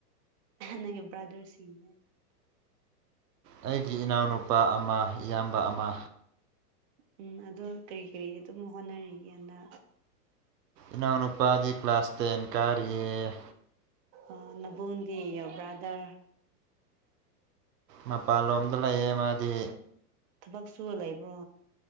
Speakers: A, on the right; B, on the right.
A: ꯅꯒꯤ ꯭ꯔꯗꯔꯁꯤꯅꯦ
B: ꯑꯩꯒꯤ ꯏꯅꯥꯎꯅꯨꯄꯥ ꯑꯃ ꯏꯌꯥꯝꯕ ꯑꯃ
A: ꯎꯝ ꯑꯗ ꯀꯔꯤ ꯀꯔꯤ ꯑꯗꯨꯝ ꯍꯣꯠꯅꯔꯤꯒꯦꯅ
B: ꯅꯅꯥꯎꯅ ꯅꯨꯄꯥꯖꯤ ꯀ꯭ꯂꯥꯁ ꯇꯦꯟꯦꯟ ꯀꯥꯔꯤꯔꯤꯌꯦ
A: ꯑ ꯅꯕꯨꯗꯤ ꯌꯣ ꯕ꯭ꯔꯥꯗꯔ
B: ꯃꯄꯥꯟꯂꯣꯝꯗ ꯂꯩꯌꯦ ꯃꯥꯗꯤ
A: ꯊꯕꯛ ꯁꯨꯂ ꯏꯕ꯭ꯔꯣ